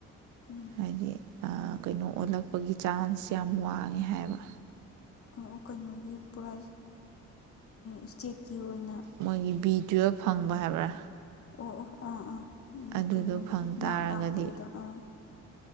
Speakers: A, on the left; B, on the right.
A: ꯎꯝ
B: ꯍꯥꯏꯗꯤ ꯀꯩꯅꯣ ꯑꯣꯜꯂꯛꯄꯒꯤ ꯆꯥꯟꯁ ꯌꯥꯝ ꯋꯥꯡꯉꯦ ꯍꯥꯏꯕ
A: ꯑꯣ ꯀꯩꯅꯣꯒꯤ ꯄꯨꯔꯥ ꯏꯁꯇꯦꯠꯀꯤ ꯑꯣꯏꯅ
B: ꯃꯣꯏꯒꯤ ꯕꯤ ꯇꯨꯌꯦꯜꯞ ꯐꯪꯕ ꯍꯥꯏꯕ꯭ꯔꯥ
A: ꯑꯣ ꯑꯣ ꯑꯥ ꯑꯥ ꯎꯝ
B: ꯑꯗꯨꯗꯣ
A: ꯀꯩꯅꯣꯒꯤꯗꯣ
B: ꯐꯪ ꯇꯥꯔꯒꯗꯤ
A: ꯅꯥꯛ ꯂꯥꯛꯄꯒꯤꯗꯣ ꯑꯥ